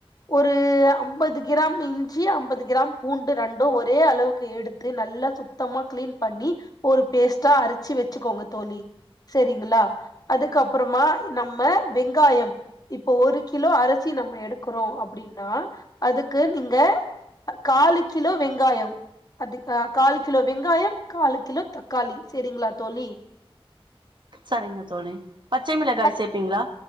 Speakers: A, on the left; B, on the right.
A: ஒரு அம்பது கிராம் இஞ்சி அம்பது க்ராம் பூண்டு ரெண்டும் ஒரே அளவுக்கு எடுத்து நல்லா சுத் த்தமா க்ளீன் பண்ணி ஒரு பேஸ்ட்டா அருச்சு வச்சுக்கோங்க தோழி சரிங்களா அதுக்கப்றமா நம்ம வெங்காயம் இப்போ ஒரு கிலோ அரிசி நம்ம எடுக்குறோ அப்டின்னா அதுக்கு நீங்க காலு கிலோ வெங்காயம் அது ஆ காலு கிலோ வெங்காயம் காலு கிலோ தக்காளி செரிங்ளா தோழி
B: சரிங்க தோழி பச்சை மளகாய்
A: அ-
B: சேப்பீங்ளா